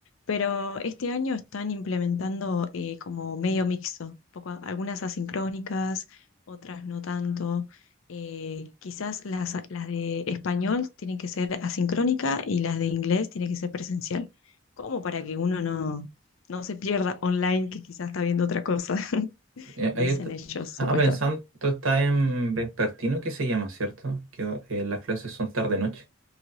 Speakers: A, on the left; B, on the right.
A: Pero este año están implementando eh, como medio mixto, poco, algunas asincrónicas, otras no tanto. Eh, quizás las, las de español tienen que ser asincrónica y las de inglés tienen que ser presencial. Como para que uno no, no se pierda online, que quizás está viendo otra cosa, <laughs>
B: Eh,
A: dicen
B: Ayer t-
A: ellos,
B: estaba
A: supuestamente.
B: pensando, tú estás en vespertino, que se llama, ¿cierto? Que va- eh, las clases son tarde-noche.